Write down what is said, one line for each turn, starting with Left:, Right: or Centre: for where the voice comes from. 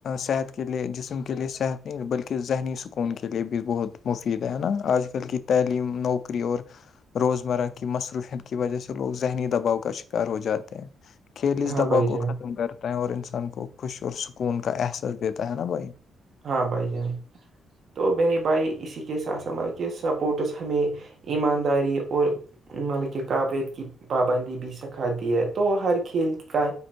Left: صحت کے لیئے جسم کے لیئے صحت نہیں بلکہ ذہنی سکون کے لئے بھی بہت مفید ہے نا آج کل کی تعلیم نوکری اور روزمرہ کی مصروف کی وجہ سے لوگ ذہنی دباؤ کاش کار ہو جاتے ہیں کھیل اس
Right: ہاں
Left: دباؤ
Right: بھائی جان
Left: کو ختم کر ت اور انسان کو خوش اور سکون کا احساس دیتا ہے نا بھائی
Right: ہاں بھائی جان تو میرے بھائی اسی کےسا مطلب کہ سپورٹس ہمیں ایمانداری اور مطلب کہ قعابعت کی پابندی بھی سکھاتی ہے تو ہر کھیل کا